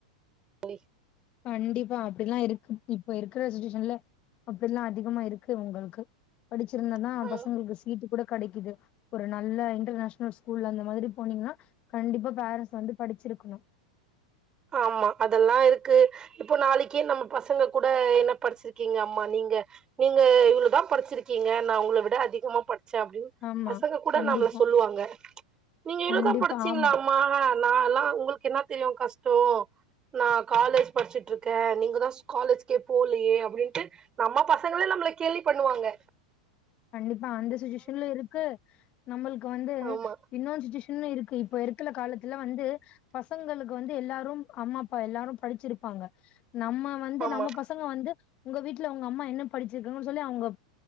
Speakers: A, on the right (about 25°); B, on the left (about 35°).
A: தோழி
B: கண்டிப்பா அப்டிலா இருக் இப்ப இருக்குற சிட்வேஷன்ல அப்டில்லா அதிகமா இருக்கு உங்களுக்கு படிச்சிருந்தா தா
A: தோ
B: பசங்களுக்கு சீட்டு கூட கெடைக்குது ஒரு நல்ல இன்டர்நேஷனல் ஸ்கூல் அந்த மாதிரி போனீங்கன்னா கண்டிப்பா ஃபேரண்ட்ஸ் வந்து படிச் இருக்கணு
A: ஆமா அதெல்லா இருக்கு இப்போ நாளைக்கே நம்ம பசங்க கூட என்ன படிச்சிருக்கீங்க அம்மா நீங்க ங்க நீங்க இவ்ளோதா படிச்சுருக்கீங்க நா உங்கள விட அதிகமா படிச் சே அப்டின்னு
B: ஆமா
A: பசங்க கூட
B: கண்டிப்பா
A: நம்மள சொல்லுவாங்க நீங்க இவ்ளோதா
B: கண்டிப்பா
A: படிச்சீங்களா
B: ஆமா
A: அம்மா நால்லா உங்களுக்கு என்ன தெரியு கஷ்டோ நா காலேஜ் படிச்சுட்ருக்கே நீங்க தா காலேஜ்கே போலையே அப்டின்ட்டு நம்ம பசங்களே நம் நம்மள கேளி பண்ணுவாங்க
B: கண்டிப்பா அந்த சுட்டிவேஷன்ல இருக்கு நம்மளுக்கு வந்து
A: ஆமா
B: இன்னொன்னு சுட்டிவேஷனு இருக்கு இப்ப இருக்குல காலத்துல வந்து பசங்களுக்கு வந்து எல்லாரும் அம்மா அப்பா எல்லாரும் படிச்சுருப்பாங்க நம்ம வந்து
A: ஆமா
B: நம்ம பசங்க வந்து உங்க வீட்ல உங்க அம்மா என்ன படிச்சுருக்காங்கன்னு சொல்லி அவுங்க